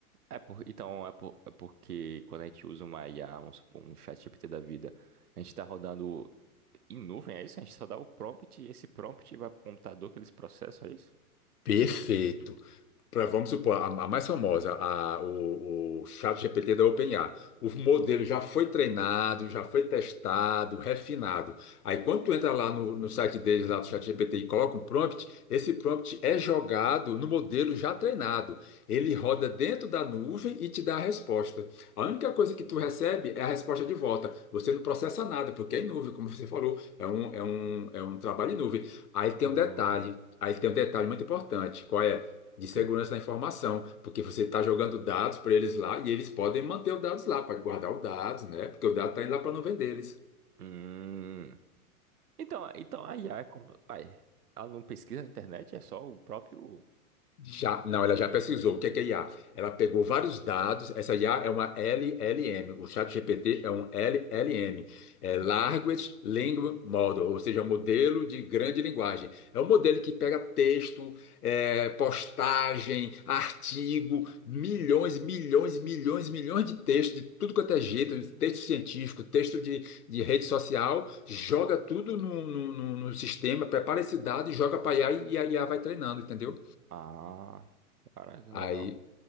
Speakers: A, on the right; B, on the left.
A: É por, então, é, por- é porque quando a gente usa uma IA, vamos supor, um ChatGPT da vida, a gente está rodando em nuvem, é isso? A gente só dá o prompt e esse prompt vai para o computador que eles processam, é isso?
B: Perfeito. Pra- vamos supor, a, a mais famosa, a, o, o GPT da OpenAI. O modelo já foi treinado, já foi testado, refinado. Aí quando tu entra lá no, no site deles, lá do ChatGPT, e coloca um prompt, esse prompt é jogado no modelo já treinado. Ele roda dentro da nuvem e te dá a resposta. A única coisa que tu recebe é a resposta de volta. Você não processa nada, porque é em nuvem, como você falou. É um, é um, é um trabalho em nuvem. Aí tem
A: Ah,
B: um detalhe. Aí tem um detalhe muito importante. Qual é? de
A: ok.
B: segurança da informação, porque você está jogando dados para eles lá e eles podem manter os dados lá, para guardar os dados, né? Porque o dado está indo lá para não nuvem deles.
A: Hum, então, então a IA é como. Ai, ela não pesquisa na internet, é só o próprio.
B: Já, não, ela já pesquisou. O que é que é IA? Ela pegou vários dados. Essa IA é uma LLM. O Chat ChatGPT é um LLM. É
A: Hum.
B: Large Language Model, ou seja, é um modelo de grande linguagem. É um modelo que pega texto, é, postagem, artigo, milhões, milhões, milhões, milhões de textos, de tudo quanto é jeito, texto científico, texto de, de rede social, joga tudo no, no, no- no sistema, prepara esse dado e joga para IA e a IA vai treinando, entendeu?
A: Ah, caraca,
B: Aí
A: legal.